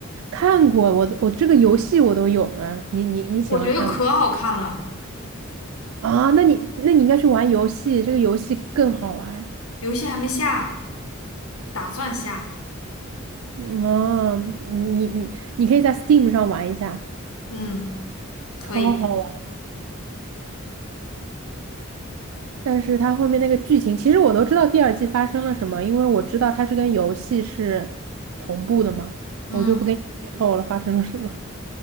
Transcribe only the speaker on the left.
我觉得可好看了，
游戏还没下，打算下。
嗯，可以。
嗯，